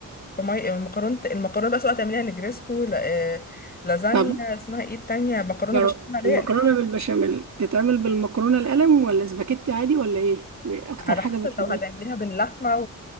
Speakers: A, on the left; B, on the right.
A: فما المكرونه المكرونه بس بقى سواء تعمليها نجريسكو ل... آه، لازانيا
B: طب
A: اسمها ايه التانية مكرونه
B: جرب
A: بشاميل عليها
B: المكرونة
A: أقلام.
B: بالبشاميل تتعمل بالمكرونة القلم ولا سباكيتي عادي ولا ايه إيه اكتر
A: على
B: حاجة
A: حسب
B: بتحبها
A: لو هتعمليها باللحمه